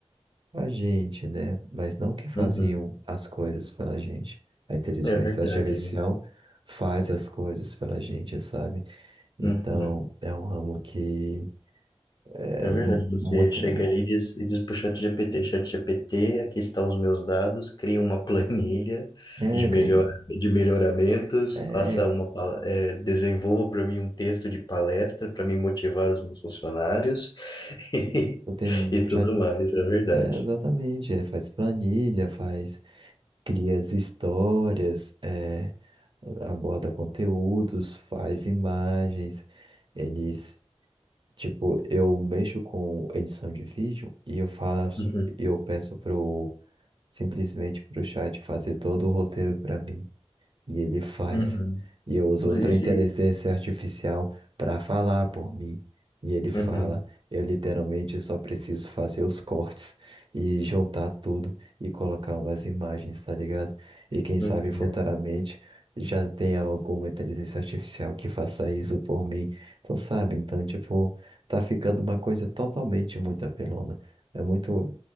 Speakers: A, on the right; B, on the left.
A: a gente, né? Mas não que faziam
B: uhum.
A: as coisas pela gente. A inteligência
B: É verdade,
A: artificial
B: né?
A: faz as coisas pela gente, sabe? Então,
B: Uhum.
A: é um ramo que é
B: É verdade.
A: mu-
B: Você
A: muito.
B: chega ali e diz, e diz pro ChatGPT, ChatGPT, aqui está os meus dados, cria uma planilha
A: É,
B: de melhor,
A: cri-
B: de melhoramentos,
A: é,
B: faça uma, pala- eh, desenvolva para mim um texto de palestra para me motivar os meus funcionários. <laughs>
A: Então tem mu-
B: E tudo
A: já
B: mais, é verdade.
A: é, exatamente, ele faz planilha, faz, cria as histórias, é, aborda conteúdos, faz imagens, eles, tipo, eu mexo com edição de vídeo e eu faço,
B: Uhum,
A: eu peço pro simplesmente pro chat fazer todo o roteiro para mim. E ele faz.
B: uhum.
A: E eu uso
B: E-
A: outra inteligência
B: e-
A: artificial para falar por mim. E ele fala.
B: uhum,
A: Eu literalmente só preciso fazer os cortes e juntar tudo e colocar umas imagens, tá ligado? E quem
B: entendo.
A: sabe futuramente já tenha alguma inteligência artificial que faça isso por mim. Então, sabe? Então, tipo, tá ficando uma coisa totalmente muito apelona. É muito